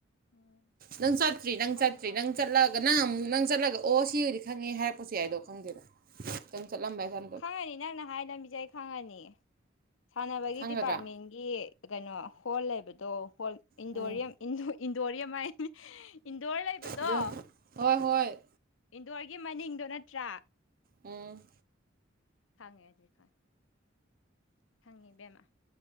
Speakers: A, on the left (about 70°); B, on the right (about 45°).
A: ꯎꯝ
B: ꯅꯪ ꯆꯇ꯭ꯔꯤ ꯅꯪ
A: ꯈꯪꯉꯦ
B: ꯆꯇ꯭ꯔꯤ
A: ꯈꯪꯉꯦ
B: ꯅꯪ ꯆꯠꯂꯒ ꯅꯪ ꯑꯃꯨꯛ ꯅꯪ ꯆꯠꯂꯒ ꯑꯣ ꯁꯤꯑꯣꯢꯗꯤ ꯈꯪꯉꯦ ꯍꯥꯏꯔꯛꯄꯁꯨ ꯌꯥꯏꯗꯣ ꯈꯪꯗꯦꯗ ꯅꯪ ꯆꯠꯂꯝꯕꯩ ꯍꯥꯏ
A: ꯈꯪꯉꯅꯤ ꯅꯪꯅ ꯍꯥꯏ ꯂꯝꯕꯤꯖꯦ ꯑꯩ ꯈꯪꯉꯅꯤ ꯁꯥꯟꯅꯕꯒꯤ
B: ꯈꯪꯒꯗ꯭ꯔꯥ
A: ꯗꯤꯄꯥꯔꯠꯃꯦꯟ ꯒꯤ ꯀꯩꯅꯣ ꯍꯣꯜ ꯂꯩꯕꯗꯣ ꯍꯣꯜ ꯏꯟꯗꯣꯔꯤꯌꯝ
B: ꯎꯝ
A: ꯏꯟꯗꯣ ꯏꯟꯗꯣꯔꯤꯌꯝ ꯍꯥꯏꯅꯤ ꯏꯟꯗꯣꯔ ꯂꯩꯕꯗꯣ
B: ꯑꯗꯣ ꯍꯣꯏ ꯍꯣꯏ
A: ꯏꯟꯗꯣꯔꯒꯤ ꯃꯅꯤꯡꯗꯣ ꯅꯠꯇ꯭ꯔꯥ
B: ꯎꯝ
A: ꯊꯪꯉꯦꯗꯤ ꯈꯥꯢ ꯊꯪꯉꯦ ꯕꯦꯝꯃ